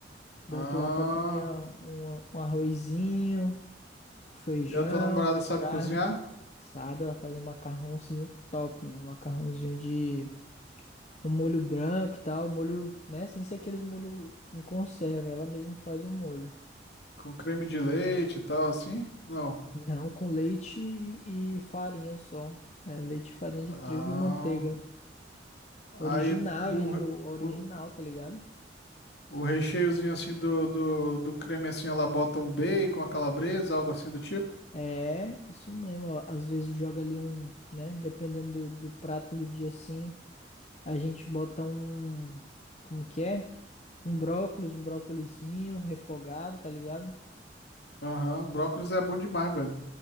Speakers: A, on the left; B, on the left.
A: Boto
B: Ah,
A: lá pra comer um, um arrozinho, um feijão,
B: e a tua namorada
A: a
B: sabe
A: carne.
B: cozinhar?
A: Sabe? Ela faz um macarrãozinho top, mano. Macarrãozinho de um molho branco e tal. Molho, né? Sem ser aqueles molho em conserva. Ela mesma faz o molho.
B: Com creme de leite e tal, assim? Não.
A: Não, com leite e e farinha só. É, leite, farinha de
B: Ah,
A: trigo e manteiga.
B: aí
A: Original,
B: o,
A: li- o- original,
B: o,
A: tá ligado?
B: o recheiozinho assim do, do, do creme assim, ela bota um bacon, a calabresa, algo assim do tipo?
A: É, isso mesmo. ó. Às vezes joga ali um, né? Dependendo do, do prato do dia assim, a gente bota um, como que é? Um brócolis, um brócolizinho refogado, tá ligado?
B: Aham, Brócolis é bom demais, velho.